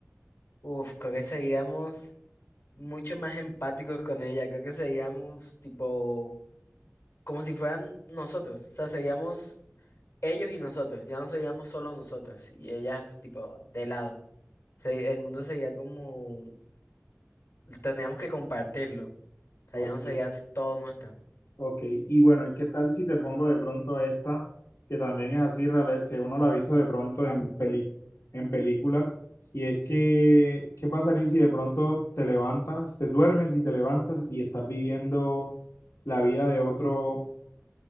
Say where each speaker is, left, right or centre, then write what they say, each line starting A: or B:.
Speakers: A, on the left; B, on the left.
A: Uf, creo que seríamos mucho más empáticos con ella, creo que seríamos tipo como si fueran nosotros, o sea, seríamos ellos y nosotros, ya no seríamos solo nosotros y ellas tipo de lado. Se- El mundo sería como Tendríamos que compartirlo. O sea,
B: Ok.
A: ya no sería todo nuestro.
B: Ok, y bueno, ¿y qué tal si te pongo de pronto esta, que también es así, reale- que uno la ha visto de pronto en peli, en películas, y es que, ¿qué pasaría si de pronto te levantas, te duermes y te levantas y estás viviendo la vida de otro,